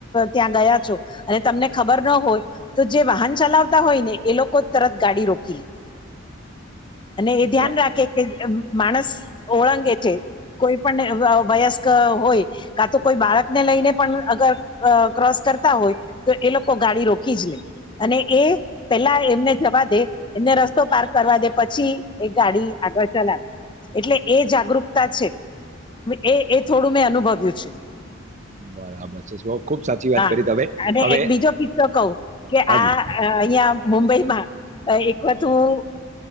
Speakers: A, on the left; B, on the right.
A: ત્યાં ગયા છો અને તમને ખબર ના હોય તો જે વાહન ચલાવતા હોય ને એ લોકો તરત ગાડી રોકી લે અને એ ધ્યાન
B: બ
A: રાખે. કે માણસ ઓળંગે છે, કોઈ પણ <inaudible> હોય કા તો કોઈ બાળકને લઈને પણ અગર ક્રોસ કરતા હોય તો એ લોકો ગાડી રોકી જ લે અને એ પેલા એમને જવા દે એમને રસ્તો પારક કરવા દે પછી એ ગાડી આગળ ચલાવે એટલે એ <unintelligible> છે, એ થોડું મેં અનુભવ્યું છે.
B: બરાબર છે, બ ખુબ સાચી વાત
A: હા
B: કરી તમે
A: અને
B: હવે
A: એક બીજો કિસ્સો કહું કે આ
B: <unintelligible>
A: અ, અહીંયા મુંબઈમાં એક વત હું